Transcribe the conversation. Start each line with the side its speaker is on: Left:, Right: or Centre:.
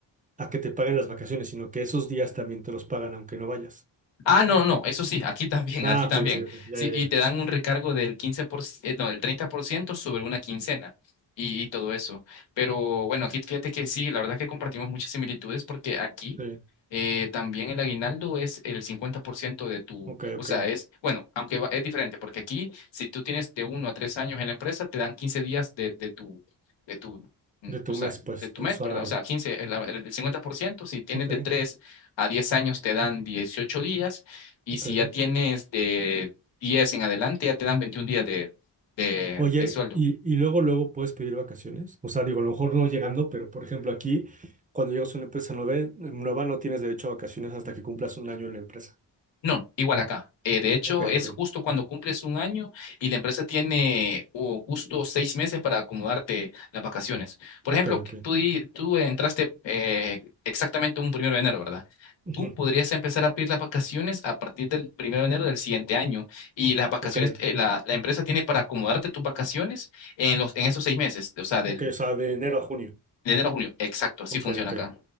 Right: a que te paguen las vacaciones, sino que esos días también te los pagan aunque no vayas.
Left: Ah, no, no, eso sí, aquí también,
Right: Ah,
Left: aquí también.
Right: ok, ok, ok. Ya,
Left: Sí,
Right: ya,
Left: y
Right: ya.
Left: te dan un recargo del 15%, eh, no, del 30% sobre una quincena y, y todo eso. Pero bueno, aquí fíjate que sí, la verdad que compartimos muchas similitudes porque aquí
Right: Sí.
Left: eh, también el aguinaldo es el 50% de tu,
Right: Ok,
Left: o
Right: ok.
Left: sea, es, bueno, aunque va- es diferente porque aquí si tú tienes de uno a 3 años en la empresa, te dan 15 días de, de tu, de tu, mm,
Right: De tu
Left: o sea,
Right: mes, pues,
Left: de tu
Right: de
Left: mes,
Right: tu salario.
Left: ¿verdad? O sea, 15, el, el 50% si tienes
Right: Ok,
Left: de 3. A 10 años te dan 18 días y
Right: ok.
Left: si ya tienes de 10 en adelante ya te dan 21 días de, de,
Right: Oye,
Left: de sueldo.
Right: y, y luego, luego puedes pedir vacaciones. O sea, digo, a lo mejor no llegando, pero por ejemplo, aquí, cuando llegas a una empresa nueva, nueva no tienes derecho a vacaciones hasta que cumplas un año en la empresa.
Left: No, igual acá. Eh, de hecho,
Right: Ok,
Left: es
Right: ok.
Left: justo cuando cumples un año y la empresa tiene o justo seis meses para acomodarte las vacaciones. Por
Right: Ok,
Left: ejemplo,
Right: ok.
Left: que tú, di- tú entraste eh, exactamente un primero de enero, ¿verdad?
Right: Ujú.
Left: Tú podrías empezar a pedir las vacaciones a partir del primero de enero del siguiente año y las vacaciones,
Right: Ok,
Left: eh, la, la empresa tiene para acomodarte tus vacaciones en los, en esos seis meses, o sea, del
Right: ok. O sea, de enero a junio.
Left: de enero a junio. Exacto, así
Right: Ok,
Left: funciona
Right: ok.
Left: acá.